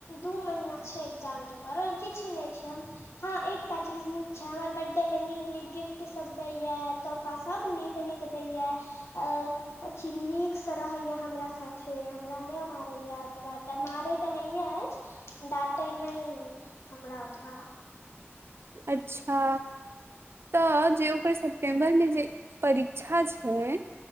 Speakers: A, on the left (about 70°); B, on the right (about 55°).
A: दू महीना छै एजाम के परल किछु नै छै। हँ एकटा चीज निक छै हमर बड डे में निक निक गिफ्ट सब दैये तोहफा सब निक निक दैए अ अछि निक से रहैये, हमरा साथे हमरा नै मारैया ओकर बाद मारै तऽ नहिये ऐछ। डाँटै नै ऐ हमरा ओतबा।
B: अच्छा। तऽ जे ओकर सेप्टेम्बर मे जे परिक्षा छै।